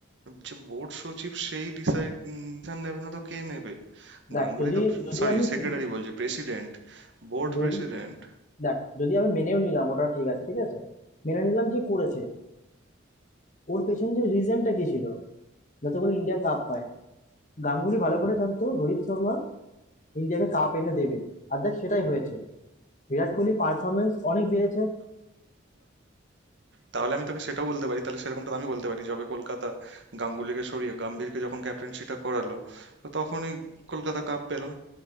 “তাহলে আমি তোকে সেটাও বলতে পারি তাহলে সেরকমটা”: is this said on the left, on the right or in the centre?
Right